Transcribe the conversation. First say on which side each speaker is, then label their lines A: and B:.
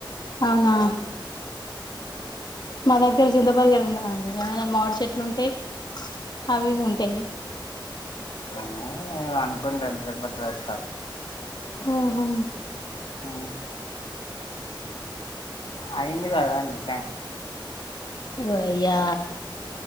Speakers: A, on the left; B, on the left.
A: అవునా మా దగ్గర చింతపరిగ ఉండావండి యా యమ్ మాడి చెట్లు ఉంటాయి అవి ఇవి ఉంటాయి
B: ఏ అనుకోంట లేదు చెప్పట్ల ఆ
A: ఆహా
B: ఆ అయింది కదాండి ట్యాంక్
A: వయ్య